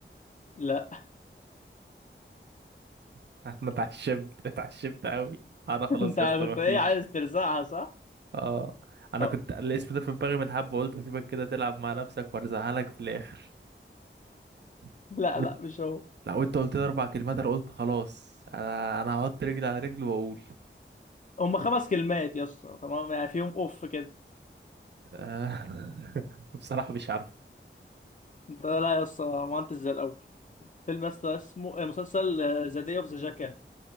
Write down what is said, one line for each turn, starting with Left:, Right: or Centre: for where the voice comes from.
Left: لا
Right: <laughs> انا اتعشمت اتعشمت قوي انا
Left: <laughs>
Right: خلاص
Left: أنت
Right: يا اسطى
Left: كنت
Right: مفيش
Left: إيه عايز ترزعها صح؟
Right: اه انا
Left: أو...
Right: كنت الاسم ده في دماغي من حبة قلت سيبك كده تلعب مع نفسك وارزعلك في الاخر <laughs>
Left: لا
Right: وإنت-
Left: لا مش هو
Right: لا وانت قلت لي اربع كلمات انا قلت خلاص انا انا هحط رجلي على رجلي واقول
Left: هما خمس كلمات يا اسطى تمام يعني فيهم أوف كده
Right: آه. <laughs> بصراحة مش عارف
Left: أنت لا يا اسطى ما أنتش زي الأول فيلم يا اسطى اسمه آه، مسلسل ذا داي أوف ذا جاكال